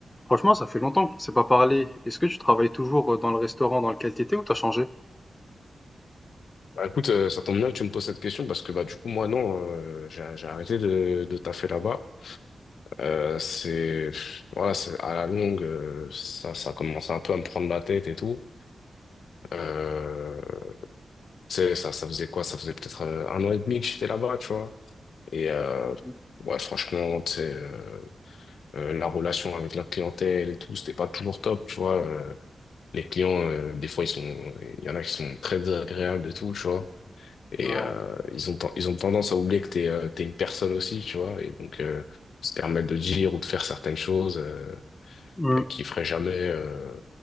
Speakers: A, on the left; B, on the left.
A: Franchement, ça fait longtemps qu'on ne s'est pas parlé. Est-ce que tu travailles toujours euh, dans le restaurant dans lequel tu étais ou t'as changé?
B: Bah, écoute, euh, ça tombe bien que tu me poses cette question parce que bah du coup moi non, euh, j'ai j'ai arrêté de, de taffer là-bas. Euh, c'est pff, voilà, c'est à la longue, euh, ça ça commence un peu à me prendre la tête et tout. Euh, tu sais, ça ça faisait quoi? Ça faisait peut-être euh, un an et demi que j'étais là-bas, tu vois. Et euh,
A: Mhm.
B: ouais, franchement, tu sais, euh, euh, la relation avec la clientèle et tout, c'était pas toujours top, tu vois. Euh, les clients, euh, des fois ils sont, il y en a qui sont très désagréables et tout, tu vois. Et
A: Ouais.
B: euh, ils ont, ten- ils ont tendance à oublier que t'es euh, t'es une personne aussi, tu vois. Et donc, euh, se permettre de dire ou de faire certaines choses euh,
A: Mm.
B: euh, qu'ils feraient jamais euh,